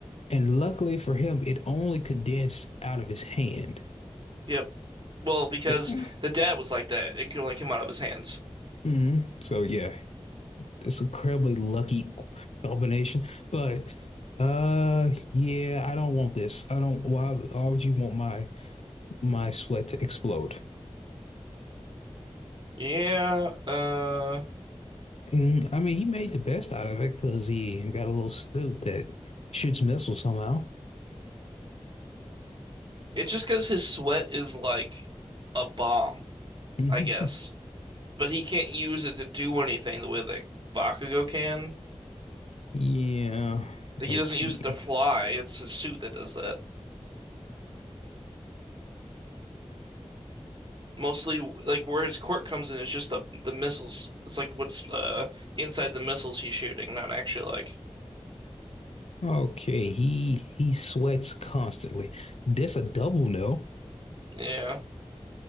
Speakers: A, on the left; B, on the right.
A: And luckily for him, it only condensed out of his hand.
B: Yep. Well, because
A: mm
B: the dad was like that, it could only come out of his hands.
A: hmm So yeah, it's incredibly lucky combination. But uh, yeah, I don't want this. I don't. Why? Why would you want my my sweat to explode.
B: Yeah. Uh,
A: And I mean, he made the best out of it because he got a little suit that shoots missiles somehow.
B: it's just because his sweat is like a bomb,
A: <laughs>
B: I guess. But he can't use it to do anything the way that Bakugo can.
A: Yeah,
B: Like
A: let's
B: he doesn't
A: see.
B: use it to fly. It's his suit that does that. Mostly, like where his quirk comes in is just the the missiles. It's like what's uh inside the missiles he's shooting, not actually like
A: Okay, he he sweats constantly. This a double no.
B: Yeah.